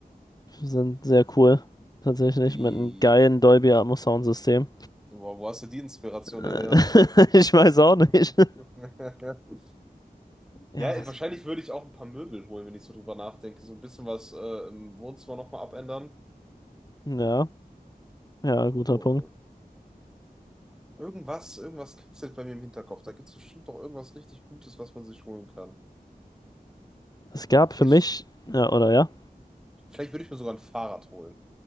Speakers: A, on the left; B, in the centre.
A: sind sehr cool, tatsächlich,
B: die.
A: mit einem geilen Dolby Atmos Soundsystem.
B: Wo, wo hast du die Inspiration
A: Äh,
B: denn her?
A: <laughs> ich weiß auch
B: <laughs>
A: nicht. Ja,
B: Ja,
A: das,
B: wahrscheinlich würde ich auch ein paar Möbel holen, wenn ich so drüber nachdenke. So ein bisschen was äh, im Wohnzimmer nochmal abändern.
A: ja, ja, guter
B: Und
A: Punkt.
B: irgendwas, irgendwas kitzelt bei mir im Hinterkopf. Da gibt es bestimmt doch irgendwas richtig Gutes, was man sich holen kann.
A: Es gab
B: Vielleicht,
A: für mich, ja, oder ja,
B: vielleicht würde ich mir sogar ein Fahrrad holen.